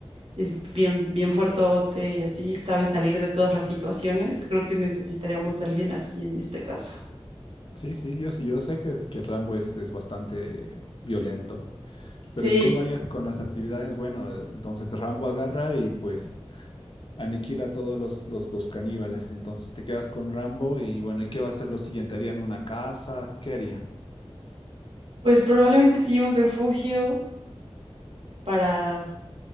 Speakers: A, on the right; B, on the left.
A: es bien, bien fuertote y así sabe salir de todas las situaciones. Creo que necesitaríamos a alguien así en este caso.
B: Sí, sí, yo, sí- yo sé que, es- que Rambo es, es bastante violento, pero
A: Sí,
B: ¿y cómo harías con las actividades? Bueno, eh, entonces Rambo agarra y pues aniquila a todos los, los, los caníbales. Entonces te quedas con Rambo y bueno, ¿y qué va a ser lo siguiente? ¿Harían una casa? ¿Qué haría?
A: pues probablemente sí un refugio para